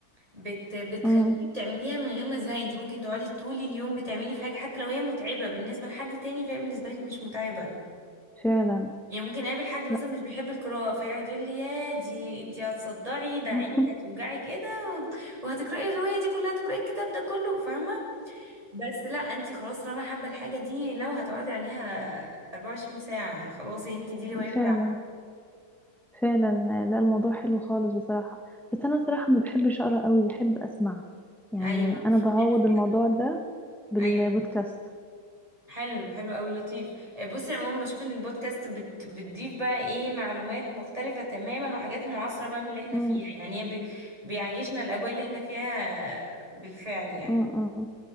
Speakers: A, on the right (about 15°); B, in the centre.
A: بت بتخليكي
B: م
A: بتعمليها من غير ما تزهقي انت ممكن تقعدي طول اليوم بتعملي في حاجه حتى لو هي متعبه بالنسبه لحد تاني فهي بالنسبه لك مش متعبه
B: فعلا
A: يعني ممكن اقابل حد مثلا
B: لا
A: مش بيحب القراءه فيقعد يقول لي يا دي انت هتصدعي ده عينك
B: <laughs>
A: هتوجعك ايه ده وهتقراي الروايه دي كلها هتقراي الكتاب ده كله فاهمه بس لا انت خلاص طالما حابه الحاجه دي لو هتقعدي عليها 24 ساعه خلاص انت دي الهوايه بتاعتك
B: فعلا فعلا لا الموضوع حلو خالص بصراحة بس أنا صراحة ما بحبش أقرأ قوي بحب أسمع يعني
A: ايوه
B: أنا
A: في
B: بعوض
A: ناس-
B: الموضوع ده بالبودكاست
A: ايوه حلو حلو قوي لطيف آه، بصي عموما بشوف ان البودكاست بت بتضيف بقى ايه معلومات مختلفة تماما وحاجات معاصرة بقى من اللي احنا
B: امم
A: فيها يعني هي بي بيعيشنا الاجواء اللي احنا فيها بالفعل يعني
B: امم أمم.